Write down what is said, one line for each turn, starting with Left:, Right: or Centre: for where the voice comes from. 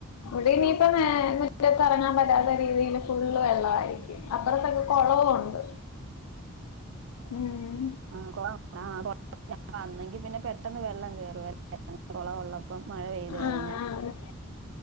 Left: ത് ഇനിയിപ്പം മുറ്റത്ത് എറങ്ങാൻ പറ്റാത്ത രീതിൽ ഫുള്ള് വെള്ള ആയിരിക്കും അപ്പുറത്തൊക്കെ കൊളവുണ്ട് ഉം
Right: ആ കൊളം ആ <unintelligible> വന്നെങ്കി പിന്നെ പെട്ടെന്ന് വെള്ളം കേറു <unintelligible> കൊളംള്ളപ്പം. അപ്പം മഴ പെയ്തു കഴിഞ്ഞാ
Left: ആഹ്